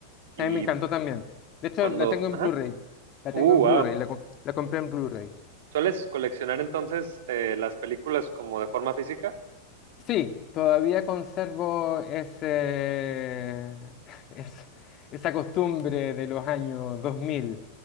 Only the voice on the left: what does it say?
También me encantó también. De hecho,
la tengo en
Blu-ray. La
tengo en
Blu-ray, la, com- la compré en Blu-ray.
Sí, todavía conservo ese, <laughs> es- esa costumbre de los años 2000,